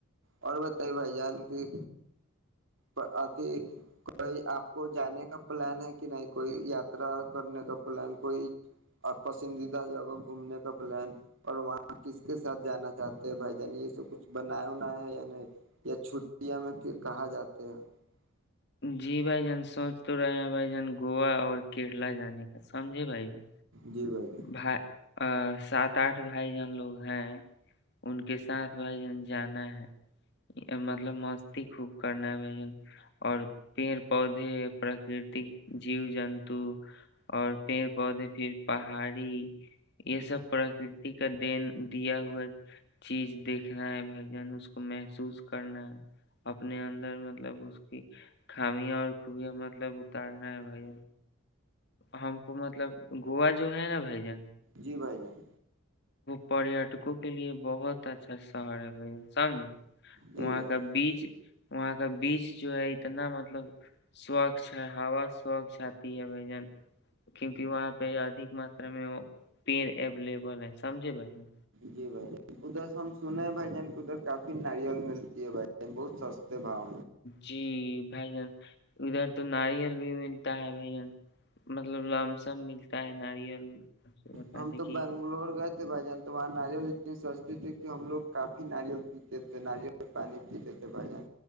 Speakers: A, on the right; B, on the left.
A: اور بتائیے بھائی جان کے اھی کوئی آپ کو جانے کا پلان ہے کہ نہیں کوئی یاترا کرنے کا پلان کوئی پسندیدہ جگہ گھومنے کا پلان اور وہاں کس کے ساتھ جانا چاہتے ہیں بھائی جانی یہ سب کچھ بن وناائے ہے یا نہیں یا چھٹیاں میں کہا جاتا <inaudible>
B: جی بھائی جان سوچ تو رہے ہیں بھائی جان گووا اور کیرلا جانے کا سمجھے بھائی جان
A: جی جان
B: بھائی ا سات آٹھ بھائی جن لوگ ہیں ان کے ساتھ بھائی جن جانا ہے مطلب مستی خوب کرنا ہے بھن اور پیڑ پودے پراکرتک جیو جنتو اور پیڑ پودے پھر پہاڑی یہ سب پرکرتی کا دین دیا ہوا چیز دیکھ رہا ہے بھائی جان اس کو کو محسوس کرنا ہے اپنے اندر مطلب اس کی خامیاں اور کوبیاں مطلب اتارنا ہے بھائی ہم کو مطلب گووا جو ہے نا بھ جن
A: جی بھائی جان
B: پریٹکوں کے لیے بہت اچھا شہر ہے بھائی یہ سمجے
A: جی
B: وہاں
A: بھائی
B: کا بیج وہاں کا بیچ جو ہے اتنا مطلب سوچھ ہے ہا سوچھ آتی ہے بھ جن کیوںونکہ وہاں پہ ادھک ماترا میں وہ پیڑ اویلیبل ہے سمجے بھائی
A: جی بھائی ادھر سے ہم
B: جان
A: سنے ہیں بھائی جان ادھر کافی ناریل ملتی ہے بھائی بہت سستے باؤ
B: جی بھائی جن ادھر تو ناریل بھی ملتا ہے بھائی جن مطلب لم سم ملتا ہے ناریل آپ سے بتا
A: ہم
B: دے
A: تو
B: کہ
A: بنگلور گئے تھ تھے بھائی جان تو وہاں ناریل اتنی سستتے تھے کہ ہم لوگ کافی ناریل پیتے تھے ناریل سے پانی پیتے تھے بھائی جان